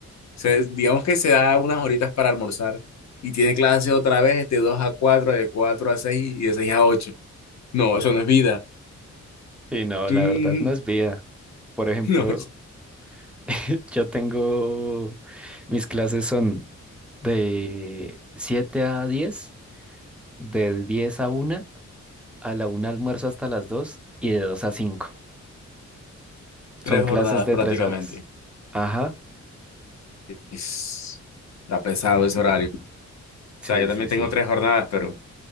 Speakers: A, on the left; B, in the centre.
A: Se- digamos que se da unas horitas para almorzar y tiene clase otra vez de dos a cuatro, de cuatro a seis y de seis a ocho. No, eso no es vida.
B: sí, no,
A: Mm,
B: la verdad no es vida. Por ejemplo,
A: <laughs> No,
B: <laughs> yo tengo, mis clases son de 7 a 10, de 10 a una, a la una almuerzo hasta las 2 y de 2 a 5.
A: tres
B: Son clases
A: jornadas
B: de
A: prácticamente.
B: 3 horas. Ajá,
A: Es- Está pesado ese horario. O
B: sí,
A: sea, yo también
B: sí, sí.
A: tengo tres jornadas, pero